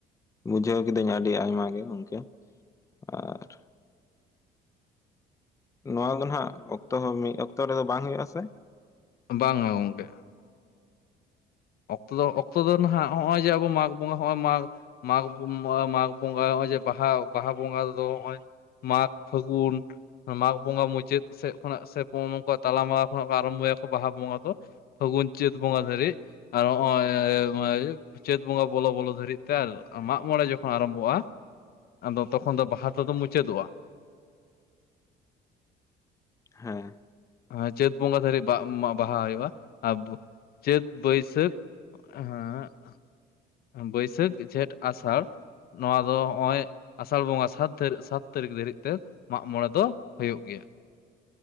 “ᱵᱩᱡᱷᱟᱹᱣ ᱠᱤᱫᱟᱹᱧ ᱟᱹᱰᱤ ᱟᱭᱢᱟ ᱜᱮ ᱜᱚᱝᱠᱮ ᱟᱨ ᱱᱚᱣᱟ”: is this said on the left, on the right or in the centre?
Left